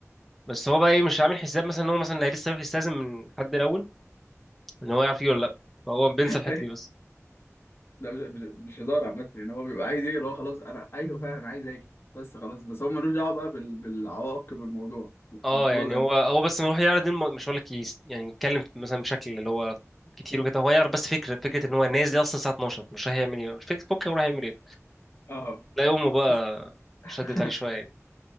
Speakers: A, in the centre; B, on the left.
A: بس هو بقى ايه مش عامل حساب مثلا ان هو مثلا هي لسه يروح يستأذن من حد الاول ان هو يعرف يجي ولا لا فهو بينسى الحتة
B: أيوة.
A: دي بس
B: ده مش مش هزار عامة يعني هو بيبقى عايز ايه اللي هو خلاص انا ايوه فعلا عايز اجي بس خلاص بس هو ملوش دعوة بقى بال... بالعواقب الموضوع
A: اه
B: انا خلاص
A: يعني
B: انا
A: هو هو بس إنه يروح يعرض دي الم- مش هقول لك يس- يعني يتكلم مثلا بشكل اللي هو كتير وكده هو يعرض بس فكره فكره ان هو نازل اصلا الساعه 12 مش رايح يعمل ايه بقى. مش فكره بكره رايح يعمل ايه
B: اه
A: تلاقي امه بقى
B: بس <laughs>
A: شدت عليه شويه يعني